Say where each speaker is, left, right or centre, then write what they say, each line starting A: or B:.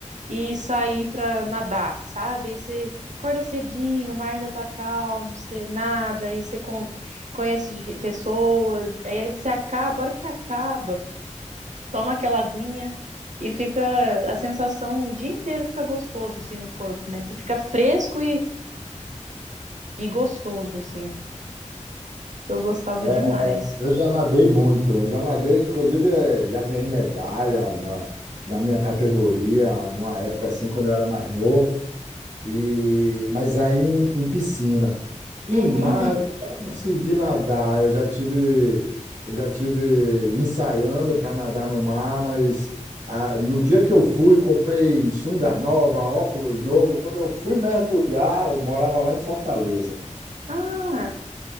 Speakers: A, on the right (about 70°); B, on the right (about 85°).
A: e sair para nadar, sabe? Aí você acorda cedinho, o mar ainda tá calmo, você nada, aí você con- conhece ge- pessoas, aí você acaba, a hora que acaba, toma aquela aguinha e fica a sensação o dia inteiro fica gostoso assim no corpo, né? Você fica fresco e, e gostoso, assim. Eu gostava
B: É,
A: demais.
B: eu já nadei muito, eu já nadei, inclusive eh, já ganhei medalha na, na minha categoria, numa época assim, quando eu era mais novo, e, mas aí em, em piscina. Em
A: Uhum.
B: mar, eu nunca consegui nadar, eu já tive, eu já tive ensaiando para nadar no mar, mas ah, no dia que eu fui, comprei sunga nova, óculos novo, quando eu fui mergulhar, eu morava lá em Fortaleza.
A: Ah,